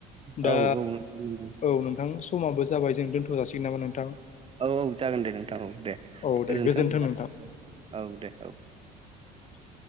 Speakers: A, on the left (about 35°); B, on the right (about 30°).
A: दा
B: औ औ नोंथां नंगौ
A: औ नोंथां समाबो जाबाय जों दोनथ' जाासिगोन नामा नोंथां?
B: औ औ जागोन दे नोंथां औ दे
A: औ
B: गोजोनथों
A: दे गोजोन्थों
B: नोंथां औ औ दे औ।
A: <inaudible>